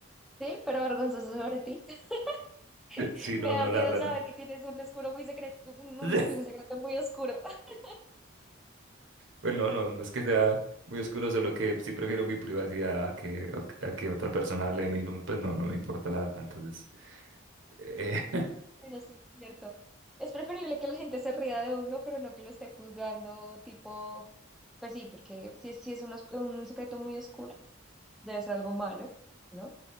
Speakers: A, in the centre; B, on the right.
A: Sí, pero vergonzoso sobre ti. <laughs>
B: Sí,
A: Me
B: no,
A: da
B: no,
A: miedo
B: la verdad,
A: saber que tienes un oscuro muy secreto, un, un-
B: no.
A: sí,
B: <laughs>
A: un secreto muy oscuro. <laughs>
B: Pues no, no, no es que sea muy oscuro, solo que sí prefiero mi privacidad a que, a que otra persona hable de mí. no, pues no, no me importa la verdad. Entonces, eh,
A: Bueno, sí, es cierto. Es preferible que la gente se ría de uno, pero no que lo esté juzgando, tipo, pues sí, porque si es, sí es un, oscu- un secreto muy oscuro. debe ser algo malo, ¿no?